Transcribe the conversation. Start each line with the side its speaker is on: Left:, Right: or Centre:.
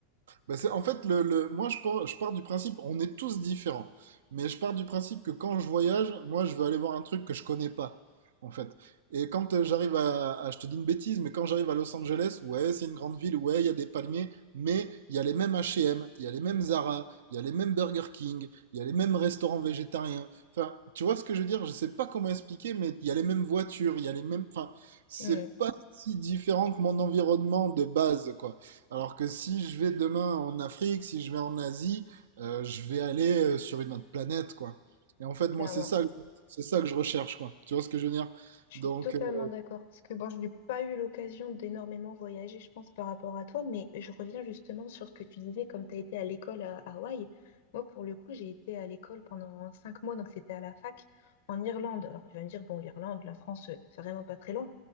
Right: Bah, c'est, en fait, le, le- moi, je pars, je pars du principe, on est tous différents. Mais je pars du principe que quand je voyage, moi, je veux aller voir un truc que je connais pas, en fait. Et quand euh, j'arrive à, à- je te dis une bêtise, mais quand j'arrive à Los Angeles, ouais, c'est une grande ville, ouais, il y a des palmiers, mais il y a les mêmes H&M, il y a les mêmes Zara, il y a les mêmes Burger King, il y a les mêmes restaurants végétariens. Enfin, tu vois ce que je veux dire? Je sais pas comment expliquer, mais il y a les mêmes voitures, il y a les mêmes, enfin, c'est
Left: Mm,
Right: pas si différent que mon environnement de base, quoi. Alors que si je vais demain en Afrique, si je vais en Asie, euh, je vais aller euh, sur une autre planète, quoi. Et en fait, moi,
Left: clairement.
Right: c'est ça, que- c'est ça que je recherche, quoi. Tu vois ce que je veux dire?
Left: Je
Right: Donc,
Left: suis totalement
Right: euh,
Left: d'accord parce que bon, je n'ai pas eu l'occasion d'énormément voyager, je pense, par rapport à toi, mais je reviens justement sur ce que tu disais, comme tu as été à l'école à Hawaï. Moi, pour le coup, j'ai été à l'école pendant cinq mois, donc c'était à la fac en Irlande. Alors tu vas me dire, bon, l'Irlande, la France, euh, c'est vraiment pas très loin,